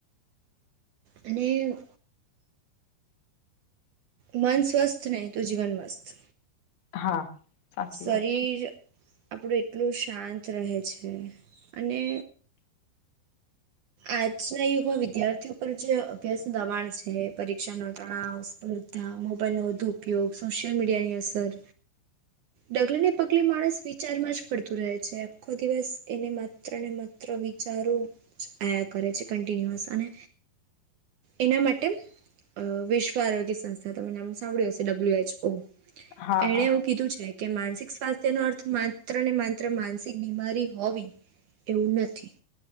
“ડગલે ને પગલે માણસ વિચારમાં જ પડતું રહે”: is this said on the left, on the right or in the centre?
Right